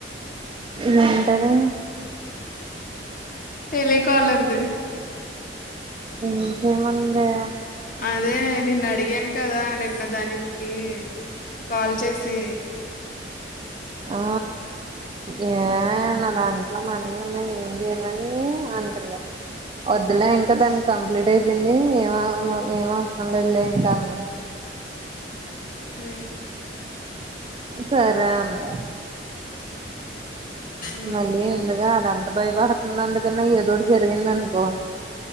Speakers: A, on the right; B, on the left.
A: వంటది
B: టెలీకాలర్ ది
A: ఎం చెయ్ మందా
B: అదే నిన్న అడిగాను కదా నిన్న దానికి కాల్ చేసి
A: ఆ ఏ నా దాంట్లో మనీ ఉన్నాయి ఏం చేయనండి అంటంది వద్దులే ఇంకా దానికి కంప్లీట్ అయిపోయింది ఏమ ఏం అవసరం లేదు లే ఇంకా అన్నాను
B: హ్మ్
A: సరే అంది
B: ఆ.
A: మళ్ళీ ఎందుగా అదం భయపడుతుంది అందుకన్నా ఏదోకటి జరిగిందనుకో